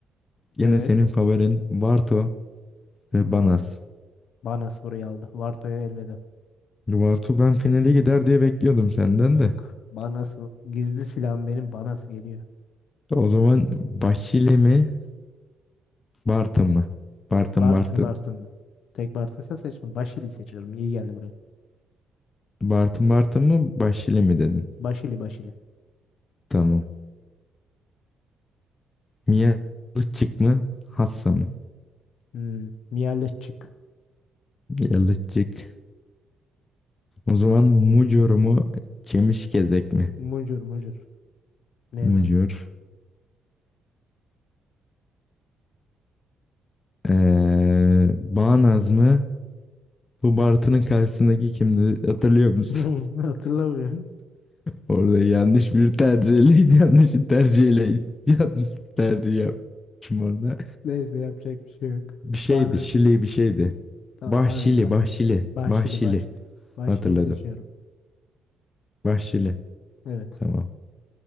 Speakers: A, on the left (about 30°); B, on the left (about 70°).
A: Yine
B: Evet.
A: senin favorin Barto. ve
B: Hmm.
A: Banas.
B: Banas burayı aldı. Varto'ya elveda.
A: Bartu ben finale gider diye bekliyordum senden
B: Yok.
A: de.
B: Banas gizli silahım benim. Banas geliyor.
A: O zaman Başili mi Bartın mı? Bartın
B: Bartın
A: Bartın.
B: Bartın mı? Tek Bartın'sa seçme. Başili seçiyorum. İyi geldi buraya.
A: Bartın Bartın mı Başili mi dedin?
B: Başili Başili.
A: Tamam. Mia Yalıççık mı Hassa mı?
B: Hmm. Miyaleş çık.
A: Yalıççık. O zaman Mucur mu Çemişgezek mi?
B: Mucur Mucur. Net.
A: Mucur. Ee, Bağnaz mı? Bu Bartı'nın karşısındaki kimdi hatırlıyor musun?
B: <laughs> Hatırlamıyorum.
A: Orada yanlış bir tercihle, <laughs> yanlış bir tercihle, yanlış bir tercih yapmışım orada.
B: Neyse yapacak bir şey yok.
A: Bir şeydi,
B: Banas.
A: Şili bir şeydi.
B: Tamam
A: Bahşili,
B: Banas ben.
A: Bahşili,
B: Başili
A: Bahşili.
B: Başili. Başili
A: Hatırladım.
B: seçiyorum.
A: Bahşili.
B: Evet.
A: Tamam.